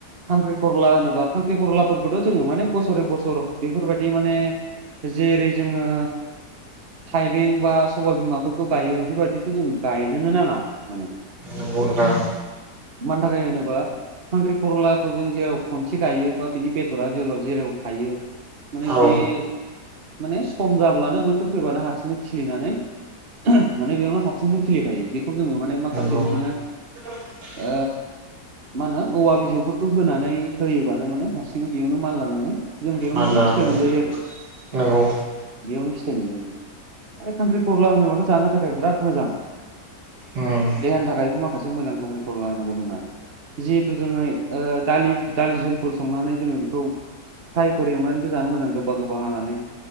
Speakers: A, on the right (about 35°); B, on the right (about 75°).
A: खांख्रि खरला होनोबा खांख्रि खरलाफोरखौथ' जोङो माने बोसोरै बोसोर बेफोरबायदि माने। जेरै जोङो। थाइबें बा सबायबिमाफोरखौ गायो बेफोरबायदिथ' जों गायनोनो नाङा माने।
B: नोंग' नोंथा।
A: मानि थाखाय होनोबा। खांख्रि खरलाखौ जों जेराव खनसे गायो बा बिनि बेदरा जेराव जेराव थायो। माने
B: औ
A: बे माने सम जाब्लानो बोथोर फैबानो हारसिंङै खिलिनानै माने बेयावनो हाबसुंनो खिलिफायो बेखौ जोङो माने माखासे
B: नंगौ
A: बिदिनो
B: <inaudible>
A: ओ मा होनो औवा बिजौफोरखौ होनानै होयोबानो माने हारसिङनो बेयावनो माल लानानै। जों बेयावनो
B: मानि
A: माने
B: लानानै
A: फिथाइ मोनजायो आरो
B: नंगौ
A: बेयावनो फिथाइ मोनजायो जों खांख्रि खरला होनोबाथ' जानो थाखाय बिराद मोजां।
B: उम
A: देहानि थाखायबो माखासे मोजां लानांगौ जोंना जिहेथु जोङो दा दालि जुलफोर संनानै जोङो बेखौ प्राइफोर एवनानैबो जानो मोजां गोबा गोबा हानानै।